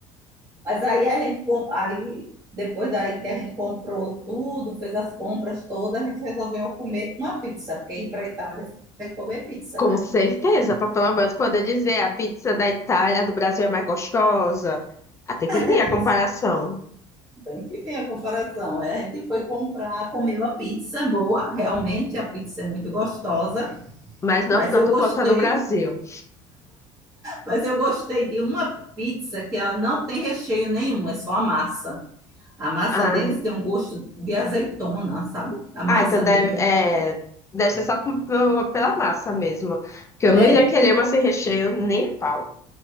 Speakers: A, on the right; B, on the left.
A: Mas aí a gente, com- aí depois daí que a gente comprou tudo, fez as compras todas, a gente resolveu comer uma pizza, porque ir para a Itália você tem que comer pizza,
B: com
A: né?
B: certeza, para pelo menos poder dizer, a pizza da Itália, do Brasil é mais gostosa. Ah, tem que vir
A: É
B: a comparação,
A: isso. Tem que ver a comparação. É, a gente foi comprar, comeu a pizza boa, realmente a pizza é muito gostosa,
B: mas não
A: mas
B: tanto
A: eu gostei,
B: quanto a do Brasil.
A: mas eu gostei de uma pizza que ela não tem recheio nenhum, é só a massa. A massa
B: Ah,
A: deles tem um gosto de azeitona, sabe? A massa
B: ah, então deve,
A: deles
B: é,
A: é, é
B: deve ser só com- pela pela massa mesmo. Porque eu
A: É,
B: não iria querer uma sem recheio nem a pau.